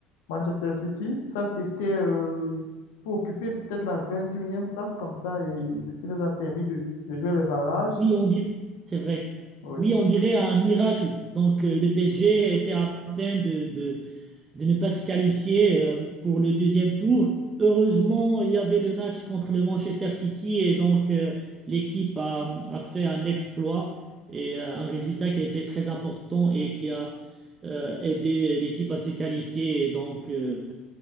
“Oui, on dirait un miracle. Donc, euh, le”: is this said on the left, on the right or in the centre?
Right